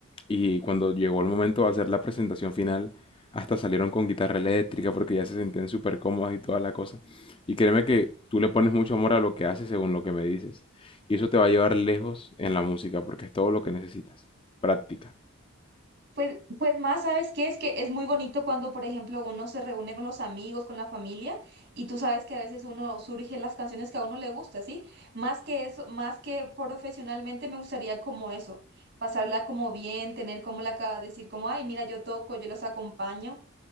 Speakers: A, on the left; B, on the right.
A: Y cuando llegó el momento de hacer la presentación final, hasta salieron con guitarra eléctrica porque ya se sentían súper cómodas y toda la cosa. Y créeme que tú le pones mucho amor a lo que haces según lo que me dices. Y eso te va a llevar lejos en la música porque es todo lo que necesitas. Práctica.
B: Pues, pues más, ¿sabes qué? Es que es muy bonito cuando, por ejemplo, uno se reúne con los amigos, con la familia, y tú sabes que a veces uno surge las canciones que a uno le gusta, ¿sí? Más que eso, más que profesionalmente me gustaría como eso, pasarla como bien, tener como la, ca- decir como, ay, mira, yo toco, yo los acompaño,